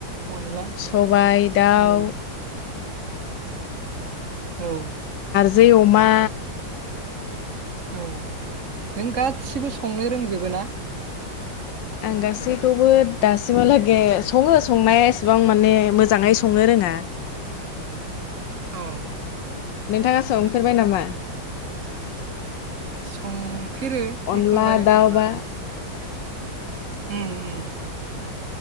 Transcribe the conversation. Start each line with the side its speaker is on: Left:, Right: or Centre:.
Right: औ अनला
Left: सबाय दाउ
Right: उम औ
Left: जै अमा
Right: औ नों गासिबो संनो रोंजोबो ना?
Left: आं गासैखौबो दासिमावलागे सङो संनाया एसेबां माने मोजाङै संनो रोङा।
Right: औ
Left: नोंथाङा संफेरबाय नामा?
Right: संफेरो
Left: अनला
Right: एखमबा-एखमबा
Left: दाउ बा
Right: उम उम